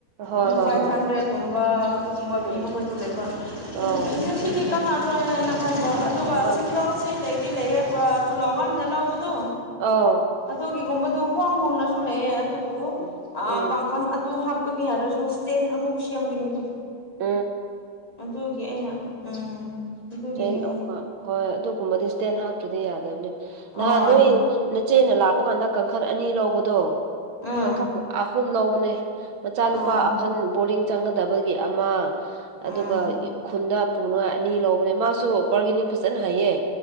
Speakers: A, on the right (about 70°); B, on the left (about 15°).
A: ꯍꯣꯏ
B: ꯎꯝ
A: ꯍꯣꯏ
B: ꯐꯥꯏꯚ
A: ꯍꯣꯏ
B: ꯍꯟꯗ꯭ꯔꯦꯠꯀꯨꯝꯕ ꯑꯗꯨꯒꯨꯝꯕ
A: ꯎꯝ
B: ꯄꯤꯕꯈꯣꯏ ꯑꯗꯨ ꯂꯩꯕ
A: ꯑꯥ
B: ꯑꯗꯨꯒꯤ ꯁꯤꯗꯤ ꯀꯅꯥ ꯇꯅ ꯈꯟꯕ ꯑꯗꯨꯒ
A: ꯍꯣꯏ
B: ꯆꯁꯤꯡꯗꯣ ꯁꯤ ꯂꯩꯗꯤ ꯂꯩꯌꯦꯦ ꯇꯨꯜꯍꯥꯎ ꯉꯝꯅ ꯂꯧꯕꯗꯣ
A: ꯑꯥ
B: ꯑꯗꯨꯒꯤꯒꯨꯝꯕꯗ ꯍꯣꯡ ꯍꯣꯡꯅꯁꯨ ꯂꯩꯑꯦ ꯑꯗꯨꯕꯨ
A: ꯎꯝ ꯎꯝ
B: ꯀꯥꯡꯈꯜ ꯑꯗꯨ ꯍꯥꯞꯀꯅꯤ ꯍꯥꯏꯔꯁꯨ ꯁꯇꯦꯟ ꯑꯃꯨꯛ ꯁꯦꯝꯒꯅꯤ ꯑꯗꯨ
A: ꯎꯝ
B: ꯑꯗꯨꯒꯤ ꯑꯩꯅ ꯎꯝ ꯑꯗꯨꯒꯤꯅꯦꯕ
A: ꯦꯟ ꯑꯃ ꯍꯣꯏ ꯑꯗꯨꯒꯨꯝꯕꯗꯤ ꯏꯁꯇꯦꯟ ꯍꯥꯞꯇ꯭ꯔꯗꯤ ꯌꯥꯗꯕꯅꯤ
B: ꯍꯣꯏ
A: ꯅꯍꯥꯟ ꯅꯣꯏ ꯏꯆꯦꯅ ꯂꯥꯛꯄ ꯀꯥꯟꯗ ꯀꯥꯡꯈꯜ ꯑꯅꯤ ꯂꯧꯕꯗꯣ
B: ꯎꯝ
A: ꯀꯥꯡꯈꯜ ꯑꯍꯨꯝ ꯂꯧꯕꯅꯦ ꯃꯆꯥꯅꯨꯄꯥ
B: ꯑꯥ
A: ꯑꯍꯟ ꯕꯣꯔꯗꯤꯡ ꯆꯪꯒꯗꯕꯒꯤ ꯑꯃ
B: ꯎꯝ
A: ꯑꯗꯨꯒ ꯈꯨꯟꯗ ꯄꯨꯅ ꯑꯅꯤ ꯂꯧꯕꯅꯦ ꯃꯥꯁꯨ ꯕꯥꯔꯒꯦꯅꯤꯡ ꯐꯖꯅ ꯍꯥꯏꯌꯦ